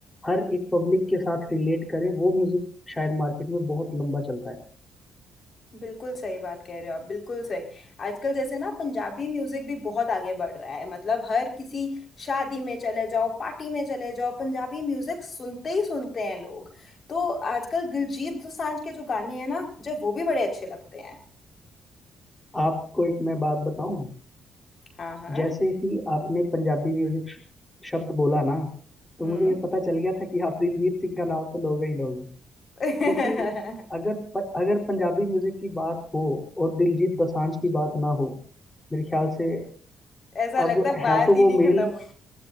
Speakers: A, on the left; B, on the left.
A: हर एक पब्लिक के साथ रिलेट करे वो म्यूजिक शायद मार्केट में बहुत लंबा चलता है
B: बिल्कुल सही बात कह रहे हो आप बिल्कुल सही आजकल जैसे ना पंजाबी म्यूजिक भी बहुत आगे बढ़ रहा है मतलब हर किसी शादी में चले जाओ पार्टी में चले जाओ पंजाबी म्यूजिक सुनते ही सुनते हैं लोग तो आजकल दिलजीत दोसांझ के जो गाने हैं ना मुझे वो भी बड़े अच्छे लगते हैं
A: आपको एक मैं बात बताऊं
B: हाँ हाँ
A: जैसे ही आपने पंजाबी म्यूजिक श- शब्द बोला ना तो
B: हम्म
A: मुझे ये पता चल गया था कि आप दिलजीत सिंह का नाम तो लोगे ही लोगे
B: <laughs>
A: क्योंकि अगर प, अगर पंजाबी म्यूजिक की बात हो और दिलजीत दोसांझ की बात ना हो मेरे ख्याल से
B: ऐसा लगता
A: अब
B: है बात
A: है तो
B: ही
A: वो
B: नहीं
A: मेल
B: खत्म हुई